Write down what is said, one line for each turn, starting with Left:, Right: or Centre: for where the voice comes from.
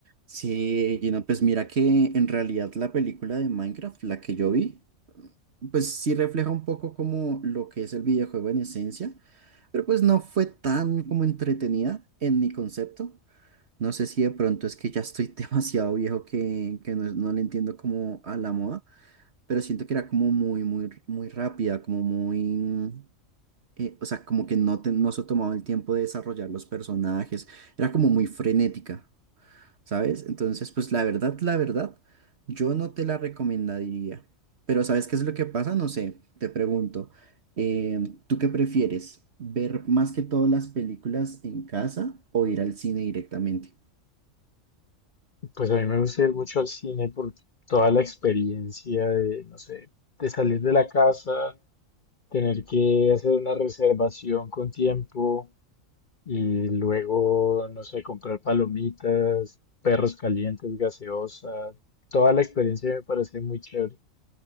Right: Sí, Gino, pues mira que en realidad la película de Minecraft, la que yo vi, pues sí refleja un poco como lo que es el videojuego en esencia, pero pues no fue tan como entretenida en mi concepto. No sé si de pronto es que ya estoy <laughs> demasiado viejo que, que no, no le entiendo como a la moda, pero siento que era como muy, muy, muy rápida, como muy, mm, eh, o sea, como que no, te- no se tomaba el tiempo de desarrollar los personajes, era como muy frenética. ¿sabes? Entonces, pues la verdad, la verdad, yo no te la recomendaría. Pero ¿sabes qué es lo que pasa? No sé, te pregunto, eh, ¿tú qué prefieres? ¿Ver más que todas las películas en casa o ir al cine directamente?
Left: Pues a mí me gusta ir mucho al cine por toda la experiencia de, no sé, de salir de la casa, tener que hacer una reservación con tiempo y luego, no sé, comprar palomitas, perros calientes, gaseosa. Toda la experiencia me parece muy chévere.